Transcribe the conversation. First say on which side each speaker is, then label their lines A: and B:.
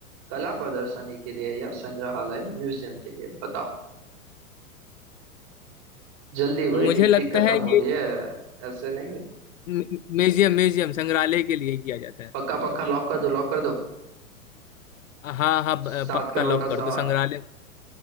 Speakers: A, on the right (about 35°); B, on the left (about 60°).
A: कला प्रदर्शनी के लिए या संग्रहालय म्यूजियम के लिए बताओ जल्दी भाई
B: मुझे
A: टिक
B: लगता
A: टिक खत्म
B: है ये
A: हो रही है ऐसे नहीं
B: म्यूजियम म्यूजियम संग्रहालय के लिए किया जाता है
A: पक्का पक्का लॉक कर दो लॉक कर दो
B: हाँ हाँ ब-
A: सात
B: पक्का
A: करोड़
B: लॉक
A: का
B: कर
A: सवाल
B: दो संग्रहालय